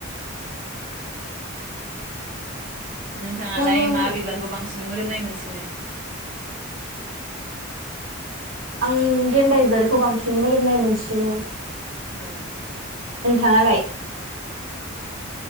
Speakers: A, on the right (about 40°); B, on the right (about 80°).
A: नोंथाङालाय
B: नों
A: मा बिबारखौ बांसिन मोदोमनाय मोनसिनो?
B: आं गेन्दा बिबारखौ बांसिन मोदोमनाय मोनसिनो।
A: नो
B: नोंथाङालाय?